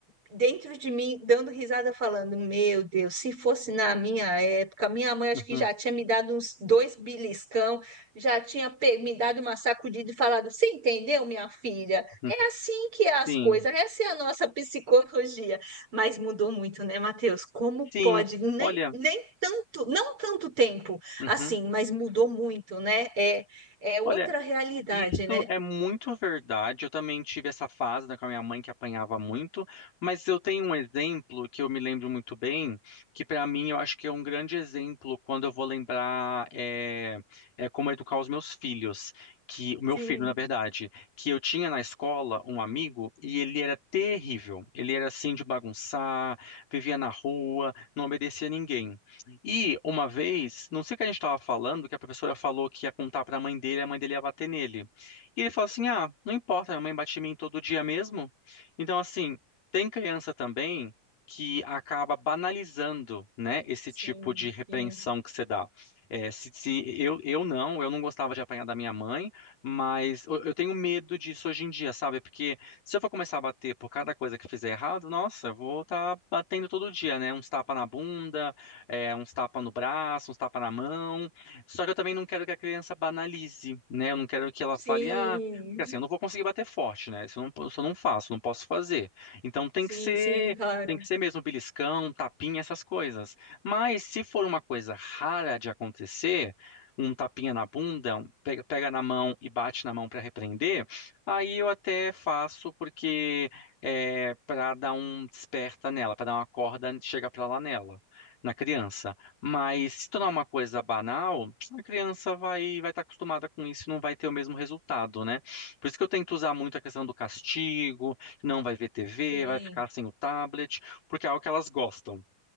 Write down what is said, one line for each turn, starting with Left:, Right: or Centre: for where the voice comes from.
Right: dentro de mim dando risada, falando: Meu Deus, se fosse na minha época, minha mãe acho
Left: uhum,
Right: que já tinha me dado uns dois beliscão, já tinha pe- me dado uma sacudida e falado: Você entendeu, minha filha?
Left: uhum.
Right: É assim que é as
Left: Sim,
Right: coisas, essa é a nossa psicologia. Mas mudou muito, né, Matheus? Como
Left: sim.
Right: pode? Nem,
Left: Olha,
Right: nem tanto, não tanto tempo
Left: uhum.
Right: assim, mas mudou muito, né? É, é outra
Left: Olha,
Right: realidade,
Left: Isso
Right: né?
Left: é muito verdade. Eu também tive essa fase, né, com a minha mãe que apanhava muito, mas eu tenho um exemplo que eu me lembro muito bem, que para mim eu acho que é um grande exemplo quando eu vou lembrar é, é como educar os meus filhos, que o meu
Right: Sim,
Left: filho, na verdade, que eu tinha na escola um amigo e ele era terrível. Ele era assim de bagunçar, vivia na rua, não obedecia a ninguém. E uma vez, não sei o que a gente estava falando, que a professora falou que ia contar para a mãe dele, e a mãe dele ia bater nele. E ele falou assim: "Ah, não importa, minha mãe bate em mim todo dia mesmo". Então, assim, tem criança também que acaba banalizando, né, esse
Right: sim,
Left: tipo de repreensão
Right: sim.
Left: que você dá. É, se, se eu, eu não, eu não gostava de apanhar da minha mãe, mas eu, eu tenho medo disso hoje em dia, sabe? Porque se eu for começar a bater por cada coisa que eu fizer errado, nossa, eu vou estar batendo todo dia, né? Uns tapa na bunda é, uns tapa no braço, uns tapa na mão. Só que eu também não quero que a criança banalize, né? Eu não quero que ela
Right: Sim,
Left: fale, ah, porque assim, eu não vou conseguir bater forte, né? Isso eu não, isso eu não faço, não posso fazer. Então tem
Right: Sim,
Left: que ser,
Right: sim, claro.
Left: tem que ser mesmo beliscão, tapinha, essas coisas. Mas se for uma coisa rara de acontecer, um tapinha na bunda, um pega, pega na mão e bate na mão para repreender, aí eu até faço porque é para dar um desperta nela, para dar uma corda, chega para lá nela na criança. Mas se tornar uma coisa banal, a criança vai vai estar acostumada com isso e não vai ter o mesmo resultado, né? Por isso que eu tento usar muito a questão do castigo, não vai ver TV,
Right: Sim,
Left: vai ficar sem o tablet, porque é algo que elas gostam.